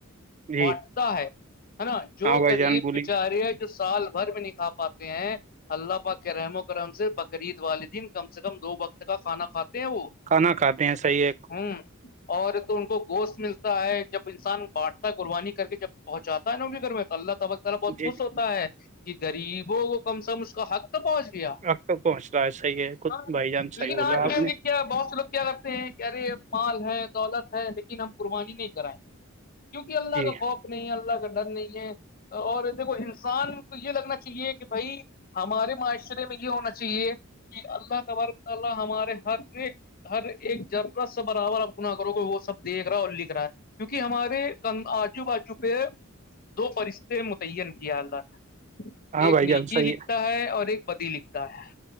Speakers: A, on the right (about 35°); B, on the left (about 45°).
A: جی
B: بٹ ہے ہے نا جو
A: ہاں بھائی
B: غریب
A: جان بولیے
B: بچارے جو سال بھر میں نہیںکھا پاتے ہیں <unintelligible> اللہ پ کے رحم و کرم سے بقرعید والدین کم سے کم دو وقت کا کھانا کھاتے ہیں وہ <unintelligible>
A: کھانا کھاتے ہیں صحیح ہے
B: ہوں اور تو ان کو گوشت ملتا ہے جب انسان بانٹتا قربانی کر کے جب پہچاتا ہے نا کہ پھر میں تو اللہ تبق تلہ بہت
A: جی
B: خوش ہوتا ہے کہ غریبوں کو کم سے کم اس کا حق پہنچ گیا
A: اب تک پہنچ رہا ہے صحیح ہے خود
B: ہاں
A: بھائی جان صحیح
B: لیکن
A: بولا
B: آج
A: آپ
B: کے
A: نے
B: کیا بہت سے لوگ کیا لگتے ہیں کہہ رے مال ہے دولت ہے لیکن ہم قربانی نہیں کرائیں گے کیونکہ اللہ
A: جی
B: کا خوف نہیں ہے اللہ کا ڈر نہیں ہے اور دیکھو انسان کو یہ لگنا چاہیے کہ بھائی ہمارے معاشرے میں یہ ہونا چاہیے کہ اللہ تبارک وتعالی ہمارے ہر ایک ہر ایک ذراہ سا برابر آپ گنا کرو گے وہ سب دیکھ رہا ہے اور لکھ رہا ہے کیونکہ ہمارے آجو باجو پہ دو فرشتے متعین کیا اللہ نے
A: ہاں
B: ایک
A: بھائی
B: نیکی
A: جان صحیح
B: لکھتا ہے اور ایک بدی لکھتا ہے